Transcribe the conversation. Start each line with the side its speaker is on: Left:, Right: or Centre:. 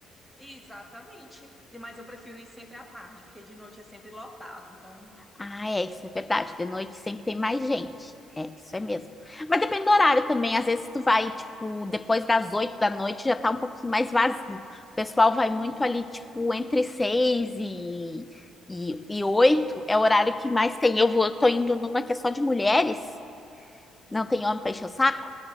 Centre: Exatamente. Mas eu prefiro ir sempre à tarde, porque de noite é sempre lotado. Então,
Left: Ah, é, isso é verdade. De noite sempre tem mais gente. É, isso é mesmo. Mas depende do
Centre: sim.
Left: horário também. Às vezes tu vai, tipo, depois das oito da noite já tá um pouquinho mais vazio. O pessoal vai muito ali, tipo, entre seis e, e, e oito é o horário que mais tem. Eu vou, tô indo numa que é só de mulheres, não tem homem pra encher o saco.